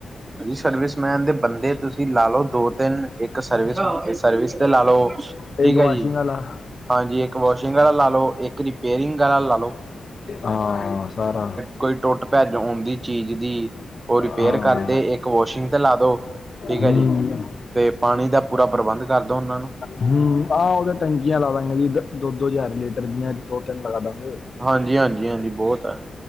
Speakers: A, on the right; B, on the left.
A: ਸਰਵਿਸਮੈਨ ਦੇ ਬੰਦੇ ਤੁਸੀਂ ਲਾ ਲਓ ਦੋ ਤਿੰਨ ਇੱਕ ਸਰਵਿਸ ਸਰਵਿਸ ਤੇ ਲਾ ਲਓ। ਠੀਕ
B: ਇੱਕ ਵਾਸ਼ਿੰਗ
A: ਹੈ ਜੀ
B: ਆਲਾ
A: ਹਾਂਜੀ ਇੱਕ ਵਾਸ਼ਿੰਗ ਵਾਲਾ ਲਾ ਲੋ ਇੱਕ ਰਿਪੇਅਰਿੰਗ ਵਾਲਾ ਲਾ ਲੋ
B: ਹਾਂ ਸਾਰਾ
A: ਕੋਈ ਟੁੱਟ ਭੱਜ ਹੁੰਦੀ ਚੀਜ਼ ਦੀ ਉਹ ਰਿਪੇਅਰ
B: ਹਾਂ
A: ਕਰ ਤੇ ਇੱਕ ਵਾਸ਼ਿੰਗ ਤੇ ਲਾ ਦੋ ਠੀਕ
B: ਹੂੰ
A: ਹੈ ਜੀ ਤੇ ਪਾਣੀ ਦਾ ਪੂਰਾ ਪ੍ਰਬੰਧ ਕਰ ਦੋ ਉਹਨਾਂ ਨੂੰ
B: ਹੂੰ ਆਹ ਉਹਦੇ ਟੈਂਕੀਆਂ ਲਾ ਦਾਂਗੇ ਜੀ ਦੋ ਦੋ ਹਜ਼ਾਰ ਲੀਟਰ ਦੀਆਂ ਦੋ ਤਿੰਨ ਲਗਾ ਦਵਾਂਗੇ
A: ਹਾਂਜੀ ਹਾਂਜੀ ਹਾਂਜੀ ਬਹੁਤ ਹੈ